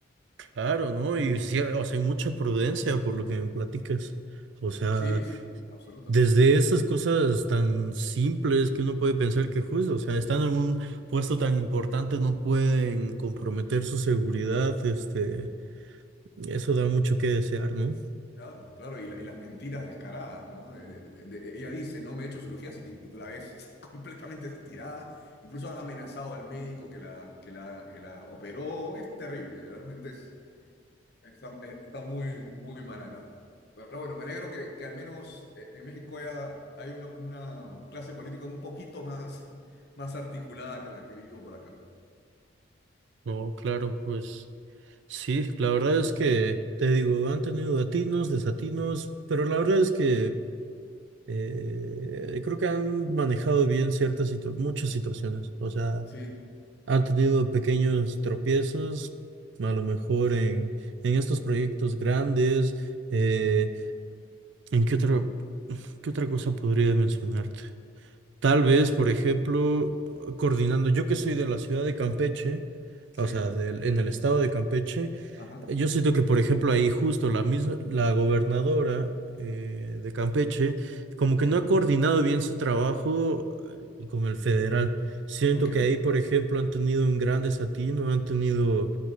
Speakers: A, on the right (about 65°); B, on the left (about 50°).
A: claro, ¿no? Y sí, o sea, hay mucha prudencia por lo que me platicas. O sea...
B: Sí, sí, absolutamente.
A: Desde esas cosas tan simples que uno puede pensar que justo, o sea, estando en un puesto tan importante no pueden comprometer su seguridad, este, eso da mucho que desear, ¿no?
B: Claro, claro, y, la- y las mentiras descaradas, ¿no? De- de- de- de- ella dice, no me he hecho cirugías y, y tú la ves <laughs> completamente estirada, incluso ha amenazado al médico que la, que la, que la operó, es terrible, realmente es, está, está muy, muy mal acá. Pero bueno, me alegro que, que al menos eh, en México haya, hay una, una clase política un poquito más, <laughs> más articulada que la que vivo por acá.
A: No, claro, pues sí, la verdad es que, te digo, han tenido atinos, desatinos, pero la verdad es que eh, creo que han manejado bien ciertas situ- muchas situaciones, o sea...
B: Sí,
A: ha tenido pequeños tropiezos, a lo mejor en, en estos proyectos grandes. eh,
B: ujú,
A: ¿en qué otra, qué otra cosa podría mencionarte? Tal vez, por ejemplo, coordinando, yo que soy de la ciudad de Campeche,
B: Sí,
A: o sea, del- en el estado de Campeche,
B: ajá,
A: yo siento que, por ejemplo, ahí justo la misma, la gobernadora eh, de Campeche, como
B: sí,
A: que no ha coordinado bien su trabajo eh, con el federal. Siento
B: ok,
A: que ahí, por ejemplo, han tenido un gran desatino, han tenido,